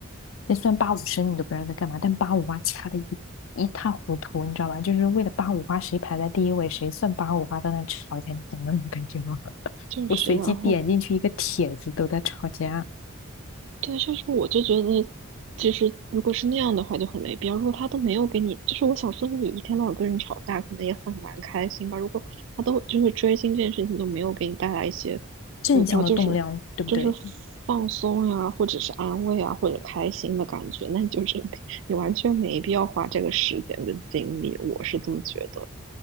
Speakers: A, on the left; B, on the right.
A: 那虽然八五身你都不知道在干嘛，但八五花掐的一一塌糊涂，你知道吧？就是为了八五花谁排在第一位，谁算八五花，都在那吵架，你懂那种感觉吗？
B: <laughs>
A: <laughs>
B: 就是，
A: 我随机点进去一个帖子，
B: 然后
A: 都在吵架，
B: 对，就是我就觉得，其实如果是那样的话，就很没必要。如果他都没有给你，就是我想说，你一天到晚跟人吵架，可能也很难开心吧。如果他都就是追星这件事情都没有给你带来一些，
A: 正向的动量，
B: 我也不知道，就是就是
A: 对不对？
B: 放松呀，或者是安慰啊，或者开心的感觉，那你就是没，你完全没必要花这个时间跟精力。我是这么觉得。